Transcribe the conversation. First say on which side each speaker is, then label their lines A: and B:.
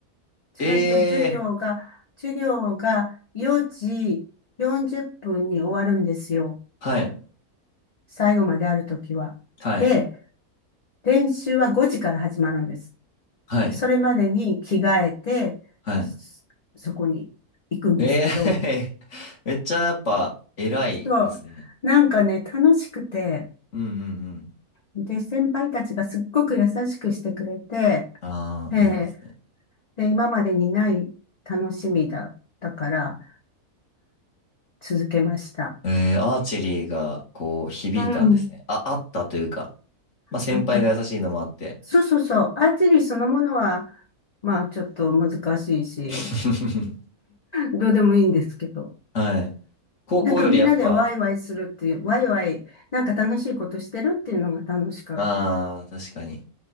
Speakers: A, on the left; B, on the left.
A: ちゃんと授業が、
B: え
A: 授業が4時40分に終わるんですよ。
B: ー、はい、
A: 最後まであるときは。
B: はい、
A: で、練習は5時から始まるんです。
B: はい、
A: それまでに着替えて、
B: はい。
A: そそこに行くんですけど、
B: えー、<laughs> めっちゃやっぱ偉いですね。
A: そう、なんかね、楽しくて、
B: うんうん
A: で、先輩たちがすっごく優しくしてくれて、
B: うん。ああ、
A: ええ
B: いいですね。
A: で、今までにない楽しみだったから続けました。
B: えー、アーチェリーがこう響いたんですね。
A: うん。
B: あ、あったというか、まあ先輩が優しいのもあって。
A: あった。そうそうそう。アーチェリーそのものは、まあちょっと難しいし、
B: <laughs>
A: どうでもいいんですけど。
B: はい。高校よりやっぱ、
A: なんかみんなでワイワイするっていう、ワイワイ、なんか楽しいことしてるっていうのが楽しかった。
B: ああ、
A: う
B: 確かに